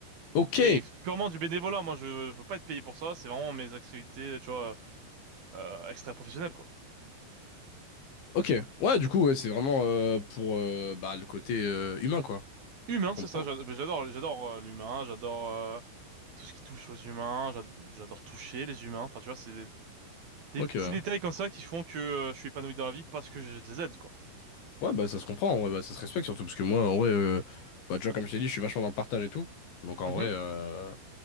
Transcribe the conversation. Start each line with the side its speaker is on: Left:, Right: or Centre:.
Left: Ok.
Right: Mais purement du bénévolat, moi je, je veux pas être payé pour ça, c'est vraiment mes activités, tu vois, euh, extra-professionnelles, quoi.
Left: Ok. Ouais, du coup, ouais, c'est vraiment euh, pour euh, bah, le côté euh, humain, quoi.
Right: Humain, c'est
Left: Je comprends.
Right: ça, j'a- j'adore, j'adore euh, l'humain, j'adore euh, tout ce qui touche aux humains, j'a- j'adore toucher les humains, enfin tu vois, c'est des, des
Left: Ok.
Right: petits
Left: Ouais,
Right: détails comme ça qui font que euh, je suis épanoui dans la vie parce que je les aide, quoi.
Left: Ouais, bah ça se comprend, ouais, bah, ça se respecte surtout, parce que moi, en vrai, euh, bah, tu vois, comme je t'ai dit, je suis vachement dans le partage et tout. Donc en
Right: Mhm.
Left: vrai, euh,